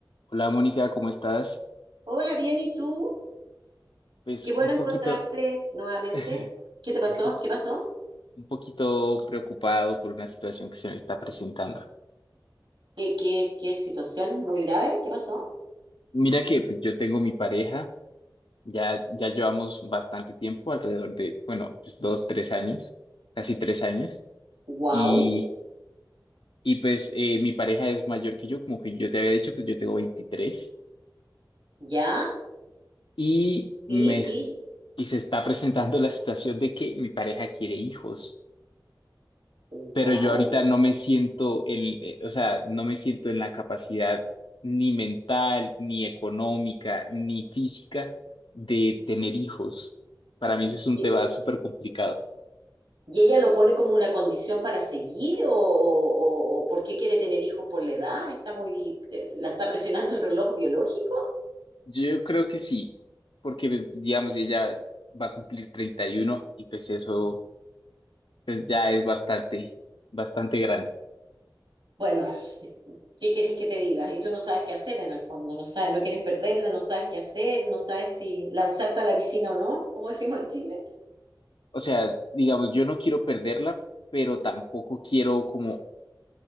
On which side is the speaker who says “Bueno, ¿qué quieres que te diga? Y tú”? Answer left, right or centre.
Right